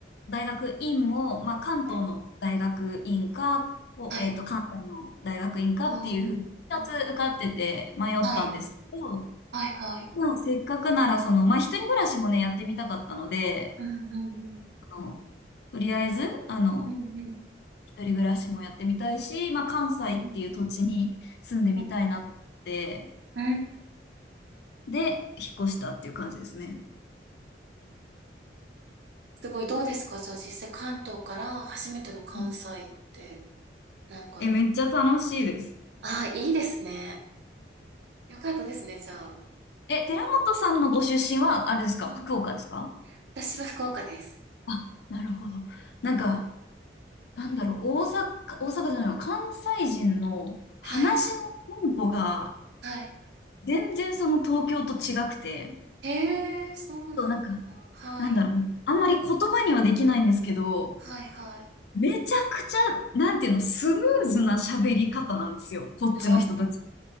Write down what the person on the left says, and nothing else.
大学院も、まあ、関東の大学院か、
こう、
えっと、関西の大学院かっていうふうに、
2つ受かってて迷ったんですけど、
まあ、せっかくなら、その、まあ、一人暮らしもね、やってみたかったので、
あの、とりあえず、あの、
一人暮らしもやってみたいし、まあ、関西っていう土地に住んでみたいなと思って、
で、引っ越したっていう感じですね。
うん
え、めっちゃ楽しいです。
え、寺本さんのご出身は、あれですか、
福岡ですか
あ、なるほど。なんか、
なんだろう、大阪、大阪じゃないの、関西人の話のテンポが、
全然その東京と違くて、
そう、なんか、
なんだろう、あんまり言葉にはできないんですけど、
めちゃくちゃ、なんていうの、スムーズな喋り方なんですよ、
こっちの人たち。